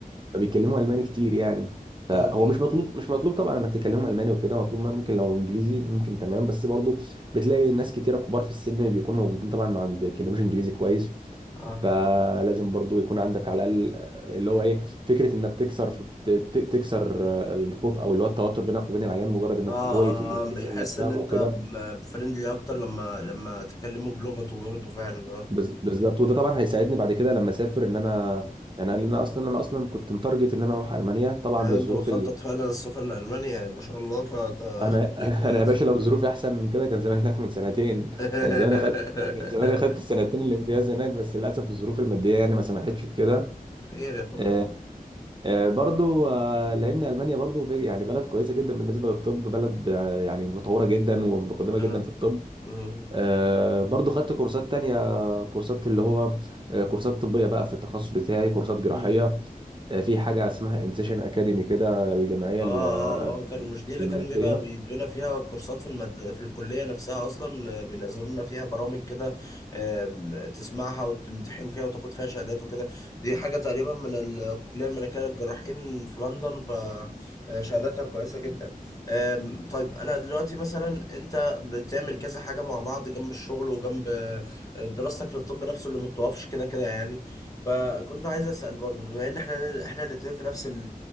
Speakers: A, on the right; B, on the left.
A: فبيتكلموا الماني كتير يعني فهو
B: اه اه
A: مش مطلوب مش مطلوب طبعا انك تكلمهم الماني وكده مطلوب ممكن لو انجليزي ممكن تمام بس برضو بتلاقي ناس كتيره كبار في السن بيكونوا موجودين طبعا ما بيتكلموش انجليزي كويس
B: اه اه
A: فلازم برضو يكون عندك على الاقل اللي هو ايه فكره انك تكسر ت- ت- تكسر الخوف او اللي هو التوتر بينك وبين العيان مجرد انك
B: آه،
A: ت- هو يف- يحس
B: آه، بيحس
A: انك فاهمه
B: ان انت
A: وكده
B: فريندلي اكتر لما لما تكلمه بلغته برضه فعلا آه.
A: بز- بالظبط وده طبعا هيساعدني بعد كده لما اسافر ان انا انا أنا اصلا انا اصلا كنت متارجت ان انا اروح المانيا طبعا
B: يعني
A: للظروف
B: انت مخطط فعلا السفر لألمانيا يعني ما شاء الله فانت واخد
A: انا
B: طريق كويس
A: <laughs> انا يا باشا لو ظروفي احسن من كده كان زمان هناك من سنتين
B: <laughs>
A: كان زمان اخدت كان زمان اخدت السنتين الامتياز هناك بس للاسف الظروف الماديه يعني ما سمحتش بكده
B: خير يا اخويا
A: آه، آه، برضو آه، لان المانيا برضو في يعني بلد كويسه جدا بالنسبه للطب بلد آه، يعني متطوره جدا ومتقدمه
B: اه
A: جدا في الطب
B: آه.
A: آه، برضو خدت كورسات تانية كورسات اللي هو آه، كورسات طبيه بقى في التخصص بتاعي كورسات جراحيه
B: مم.
A: آه، في حاجه اسمها انسيشن اكاديمي كده الجمعيه
B: اه
A: ال-
B: اه هو كان مش دي اللي
A: الملكيه
B: كان بيبقى بيدونا فيها كورسات في المد... في الكلية نفسها اصلا آه، بينزلوا لنا فيها برامج كده آم، تسمعها وتمتحن فيها وتاخد فيها شهادات وكده دي حاجة تقريبا من الكلية الملكية للجراحين في لندن فشهاداتها كويسة جدا آم، طيب انا دلوقتي مثلا انت بتعمل كذا حاجة مع بعض جنب الشغل وجنب آه، دراستك للطب نفسه اللي ما بتوقفش كده كده يعني فكنت عايز اسال برضو بما ان احنا احنا الاثنين في نفس